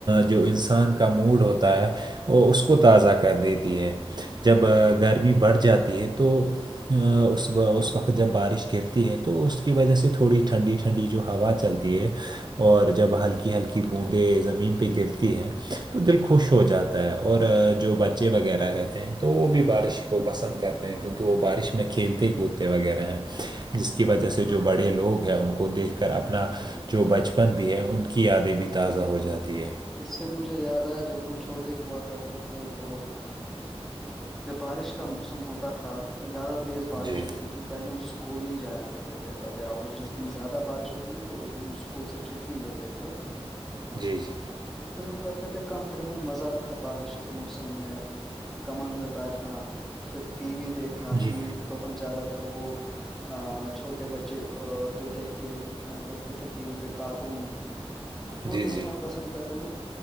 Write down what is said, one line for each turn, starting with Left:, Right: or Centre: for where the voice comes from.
Right: جو انسان کا موڈ ہوتا ہے وہ اس کو تازہ- کر دیتی ہے جب گرمی بڑھ جاتی ہے تو- اس وقت جب بارش گرتی ہے تو اس کی وجہ سے تھوڑی ٹھنڈیھ- ھنڈی جو ہوا چلتی ہے اور جب ہلکی- ہلکی بوندیں زمین زمین پہ گرتی ہے تو دل خوش ہو جاتا ہے اور جو بچے وغیرہ رہتے ہیں تو وہ بھی بارش وہ پسند کرتے ہیں کیونکہ وہ بارش میں کھیلتے کودتے وغیرہ ہیں جس کی وجہ سے جو بڑے لوگ ہیں ان کو دیکھ کر اپنا جو بچپن بھی ہے ان کی یادیں بھی تازہ ہو جاتی ہے
Centre: اس سے مجھے یاد آیا جب ہم چھوٹے ہوا کرتے تھے تو جب بارش کا موسم ہوتا تھا زیادہ تیز بارش
Right: جی
Centre: ہوتی تھی پہلے ہم اسکول نہیں جایا کرتے تھے ابیا جس دن زیادہ بارش ہوتی تھی تو اس دن ہم اسکول سے چھٹی لیتے تھے
Right: جی جی
Centre: پھر ہم کرتے تھے کام پھر ہمیں مزہ آتا تھا بارش کے موسم میں کمل میں بیٹھنا پھر ٹی وی دیکھنا
Right: جی
Centre: ٹی وی پہ تو ہم زیادہ تر وہ چھوٹے بچے جو دیکھتے ہیں دیکھتے تھے ٹی وی پہ کارٹون وہ
Right: جی
Centre: دیکھنا
Right: جی
Centre: پسند کرتا